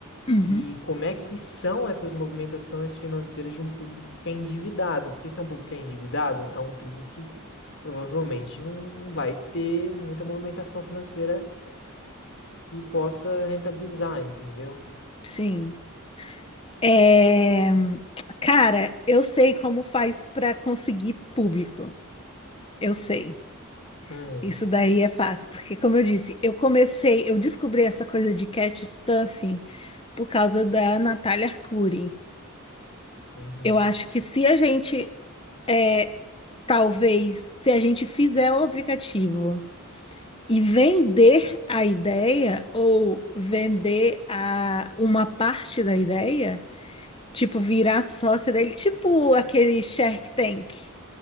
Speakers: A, on the left (about 25°); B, on the left (about 55°).
A: uhum,
B: e como é que são essas movimentações financeiras de um público que é endividado? Porque se é um público que é endividado, é um público que provavelmente não, não vai ter muita movimentação financeira que possa rentabilizar, entendeu?
A: sim. É, cara, eu sei como faz para conseguir público. Eu sei.
B: Hum,
A: Isso daí é fácil, porque como eu disse, eu comecei, eu descobri essa coisa de cat stuffing por causa da Natália Arcuri.
B: uhum.
A: Eu acho que se a gente, é, talvez, se a gente fizer o aplicativo e vender a ideia ou vender a uma parte da ideia, tipo virar sócia dele, tipo aquele Shark Tank.